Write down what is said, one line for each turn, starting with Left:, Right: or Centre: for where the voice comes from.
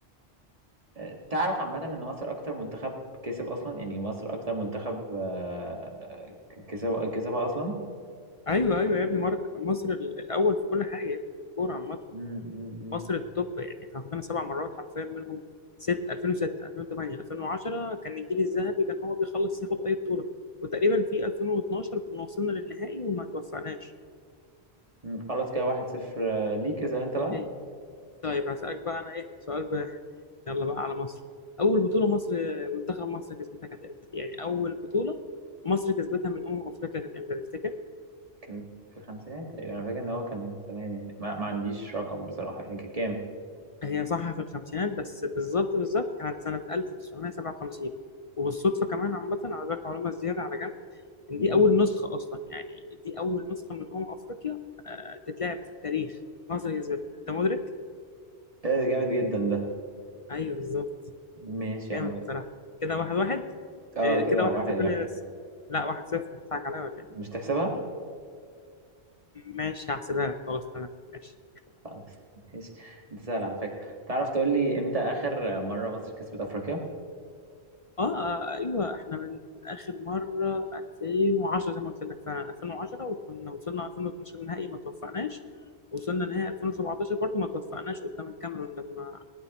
Right: آه، تعرف عامه ان مصر اكتر منتخب كسب اصلا يعني مصر اكتر منتخب آه، كسب كسبها اصلا
Left: ايوه ايوه يا ابني مارك مصر ال- الاول في كل حاجه يا ابني في الكوره عامه
Right: مم، مم، مم،
Left: مصر التوب يعني احنا خدنا سبع مرات حرفيا منهم ست 2006 2008 2010 كان الجيل الذهبي كان هو بيخلص ياخد اي بطوله وتقريبا في 2012 كنا وصلنا للنهائي وما توفقناش
Right: مم. خلاص كده واحد صفر آه، ليك اسأل انت بقى
Left: هي. طيب هسألك بقى انا ايه سؤال ب... يلا بقى على مصر اول بطوله مصر منتخب مصر كسبتها كانت امتى يعني اول بطوله مصر كسبتها من امم افريقيا كانت امتى تفتكر
Right: كان في الخمسينات تقريبا انا فاكر ان هو كان زمان يعني ما, ما عنديش رقم بصراحة يعني كان كام
Left: هي صح في الخمسينات بس بالظبط بالظبط كانت سنة 1957 وبالصدفة كمان عامة على ذلك معلومة زيادة على جنب إن
Right: مم.
Left: دي أول نسخة أصلا يعني دي أول نسخة من أمم أفريقيا آه، تتلعب في التاريخ مصر كسبتها أنت مدرك؟
Right: ايه ده جامد جدا ده
Left: أيوه بالظبط
Right: ماشي
Left: جامد
Right: يا عم
Left: بصراحة كده واحد واحد
Right: اه
Left: آه،
Right: كده
Left: كده واحد
Right: واحد
Left: صفر
Right: واحد
Left: ليه لسه؟ لا واحد صفر هتضحك عليا ولا إيه؟
Right: مش تحسبها
Left: ماشي هحسبها لك خلاص تمام ماشي
Right: خلاص <laughs> ماشي انت سهل على فكرة تعرف تقول لي امتى اخر مرة مصر كسبت افريقيا
Left: اه آه، ايوه احنا من اخر مره 2010 زي ما قلت لك فعلا 2010 وكنا وصلنا 2012 نهائي ما توفقناش وصلنا نهائي 2017 برضو ما توفقناش قدام الكاميرون لما